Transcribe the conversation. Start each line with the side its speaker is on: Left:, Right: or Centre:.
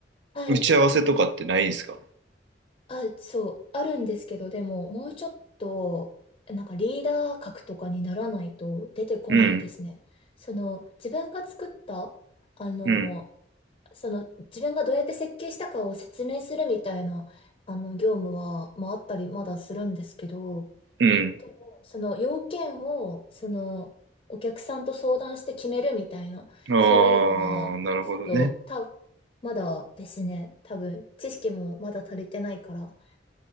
Left: はい。
Right: う、打ち合わせとかってないんですか
Left: あ、そう、あるんですけど、でも、もうちょっと、なんかリーダー格とかにならないと出てこないですね。
Right: うん、
Left: その、自分が作った、あの、
Right: うん、
Left: その、自分がどうやって設計したかを説明するみたいな、あの、業務は、まあ、あったり、まだするんですけど、
Right: うん。
Left: でもその、要件を、その、お客さんと相談して決めるみたいな、
Right: あ
Left: そういうのは、
Right: あ、なるほどね。
Left: ちょっと、た、まだですね、多分、知識もまだ足りてないから、